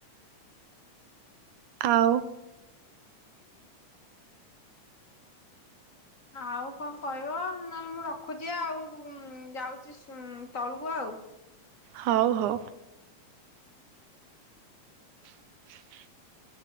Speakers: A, on the right; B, on the left.
A: ଆଉ।
B: ଆଉ କଣ କହିବ ନହେଲେ ମୁଁ ରଖୁଛି ଆଉ ଯାଉଛି ତଳକୁ ଆଉ।
A: ହଉ ହଉ। <unintelligible>